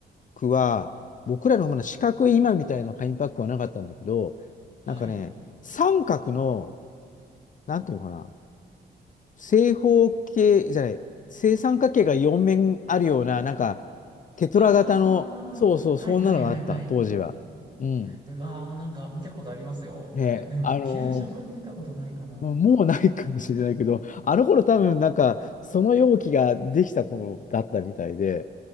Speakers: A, on the left; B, on the right.
A: クは、僕らのほうの四角い今みたいな紙パックはなかったんだけど、
B: はい。
A: なんかね、三角の、なんていうのかな。正方形じゃない、正三角形が4面あるような、なんか、テトラ型の、
B: ああ、
A: そうそう、
B: はいはいはいはい。
A: そんなのがあった、当時は。うん。
B: うわー、なんか見たことありますよ、
A: ね、
B: それ。でも、
A: あのー
B: 給食で見たことないかな。
A: もうないかもしれないけど、あの頃多分なんか、その容器ができた頃だったみたいで、